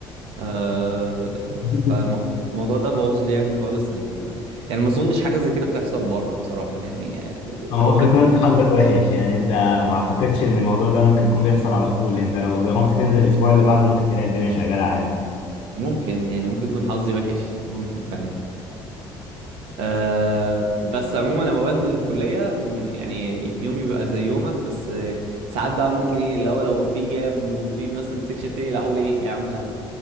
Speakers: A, on the right (about 80°); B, on the left (about 50°).
A: آه
B: <laughs>
A: فالموضوع ده بوظ لي يعني خالص ال... يعني ما اظنش حاجة زي كده بتحصل بره بصراحة يعني
B: هو
A: هو
B: ممكن يكون انت حظك وحش يعني انت ما اعتقدش ان الموضوع ده ممكن يكون بيحصل على طول انت لو جربت تنزل الاسبوع اللي بعده ممكن تلاقي الدنيا شغاله عادي
A: ممكن يعني ممكن يكون حظي وحش ممكن فعلا أه بس عموما لما بنزل الكلية م- يعني يومي بيبقى زي يومك بس آه، ساعات بقى ممكن ايه اللي هو لو في جاب وفي مثلا سيكشن تاني لا اقول ايه يا عم لا